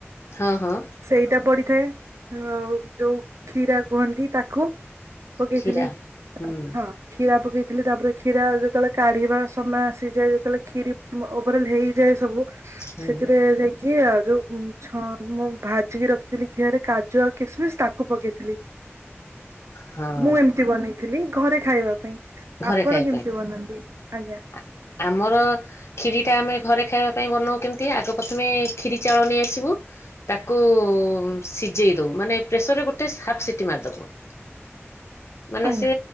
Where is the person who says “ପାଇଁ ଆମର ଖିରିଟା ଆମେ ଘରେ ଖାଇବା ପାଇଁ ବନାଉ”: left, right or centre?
Left